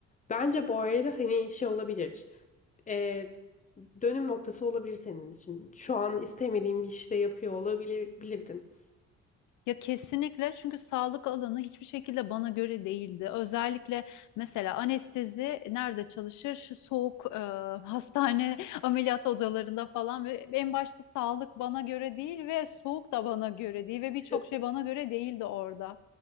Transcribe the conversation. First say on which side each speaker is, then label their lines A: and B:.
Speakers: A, on the left; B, on the left.
A: Bence bu arada hani şey olabilir. e, dönüm noktası olabilir senin için. Şu an istemediğin bir işi de yapıyor olabilir, bilirdin.
B: Ya kesinlikle çünkü sağlık alanı hiçbir şekilde bana göre değildi. Özellikle mesela anestezi nerede çalışır? Soğuk e, hastane <laughs> ameliyat odalarında falan ve en başta sağlık bana göre değil ve soğuk da bana göre değil ve birçok
A: <laughs>
B: şey bana göre değildi orada.